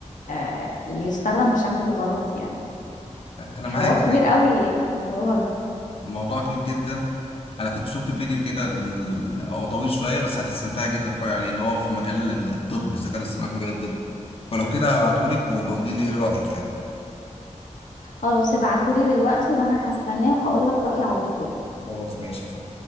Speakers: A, on the left; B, on the left.
A: آه، يستخدم بشكل غلط يعني
B: انا
A: حوار
B: معاك جدا
A: كبير قوي الموضوع ده
B: الموضوع كبير جدا انا كنت شفت فيديو كده ال- هو طويل شويه بس هتستمتع جدا تتفرج عليه اللي هو في مجال ال- الطب الذكاء الاصطناعي في مجال الطب فلو كده هبعتهولك وبقولي لي ايه رايك يعني
A: خلاص ابعتولي دلوقتي وانا هستناه وهقول لك رأيي على طول
B: خلاص ماشي فل